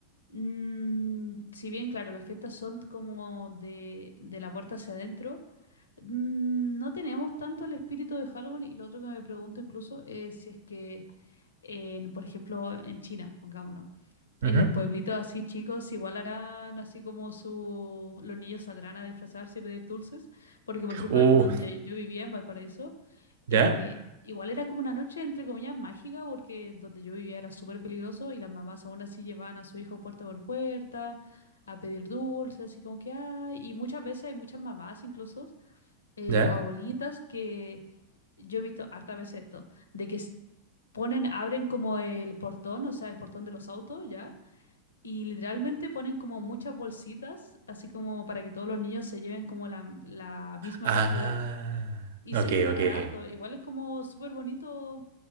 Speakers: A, on the left (about 70°); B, on the right (about 55°).
A: mm, si bien, claro, las fiestas son como de, de la puerta hacia adentro, mm, no tenemos tanto el espíritu de Halloween y lo otro que me pregunto incluso es si es que... en, por ejemplo, en China, pongámonos.
B: Ujú.
A: En los pueblitos así chicos, igual harán así como su... los niños saldrán a disfrazarse y pedir dulces. Porque, por ejemplo,
B: Uh,
A: donde yo vivía en Valparaíso,
B: ¿ya?
A: eh, igual era como una noche, entre comillas, mágica, porque donde yo vivía era súper peligroso y las mamás aún así llevaban a su hijo puerta por puerta a pedir dulces, así como que hay. Y muchas veces hay muchas mamás incluso eh,
B: ¿Ya?
A: o abuelitas que yo he visto harta veces esto, de que s- ponen, abren como el portón, o sea, el portón de los autos, ¿ya? Y literalmente ponen como muchas bolsitas, así como para que todos los niños se lleven como la, la misma
B: Ah,
A: cantidad y
B: ok,
A: se preparan
B: ok.
A: harto. Igual es como súper bonito.